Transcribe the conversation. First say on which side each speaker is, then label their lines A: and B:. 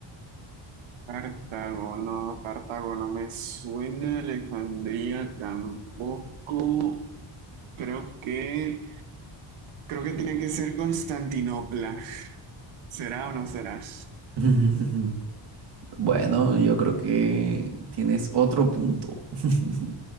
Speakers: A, on the right (about 80°); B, on the right (about 55°).
A: Cartago, no, Cartago no me suena, Alejandría tampoco. Creo que Creo que tiene que ser Constantinopla. ¿Será o no será? <laughs>
B: <laughs> Bueno, yo creo que tienes otro punto. <laughs>